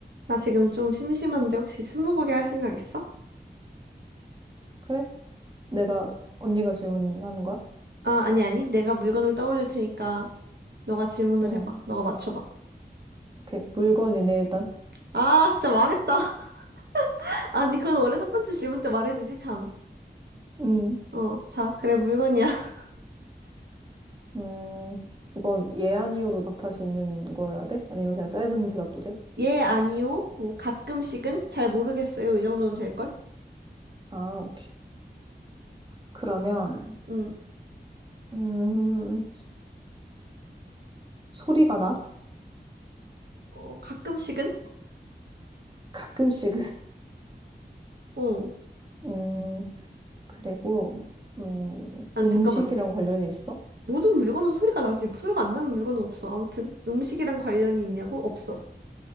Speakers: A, on the right (about 70°); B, on the right (about 25°).
A: 나 지금 좀 심심한데 혹시 스무고개 할 생각 있어?
B: 그래? 내가, 언니가 질문하는 거야?
A: 아, 아니, 아니. 내가 물건을 떠올릴 테니까 너가 질문을
B: 응.
A: 해봐. 너가 맞춰봐.
B: 오케이. 물건이네, 일단.
A: 아, 진짜 망했다. <laughs> 아니, 그건 원래 첫 번째 질문 때 말해주지, 참.
B: 음.
A: 어, 자, 그래, 물건이야. <laughs>
B: 음. 이건 예, 아니요로 답할 수 있는 거여야 돼? 아니면 그냥 짧은 대답도 돼?
A: 예, 아니요. 뭐, 가끔씩은? 잘 모르겠어요. 이 정도는 될걸?
B: 아, 오케이. 그러면,
A: 응,
B: 음, 소리가 나?
A: 어, 가끔씩은?
B: 가끔씩은? <laughs>
A: 어.
B: 음, 그리고, 음,
A: 아니,
B: 음식이랑
A: 잠깐만.
B: 관련이 있어?
A: 모든 물건은 소리가 나지. 소리가 안 나는 물건은 없어. 아무튼, 음식이랑 관련이 있냐고? 없어.